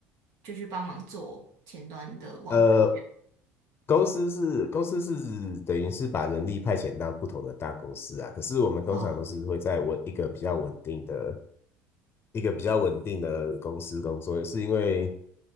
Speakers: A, on the right; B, on the left.
A: 就去帮忙做前端的网站
B: 呃，公司是公司是等于是把人力派遣到不同的大公司啊，可是我们通常都是会在稳一个比较稳定的、
A: 哦，
B: 一个比较稳定的公司工作，是因为